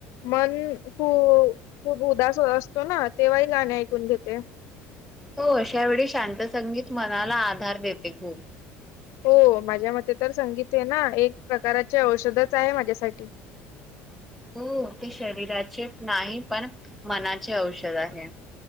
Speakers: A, on the left; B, in the centre.
A: मन खू- खूप उदास असतो ना, तेव्हाही गाणे ऐकून घेते.
B: हो, अश्या वेळी शांत संगीत मनाला आधार देते खूप.
A: हो, माझ्या मते तर संगीत आहे ना एक प्रकारचे औषधच आहे माझ्यासाठी.
B: <unintelligible> हो, ते शरीराचे नाही पण मनाचे औषध आहे.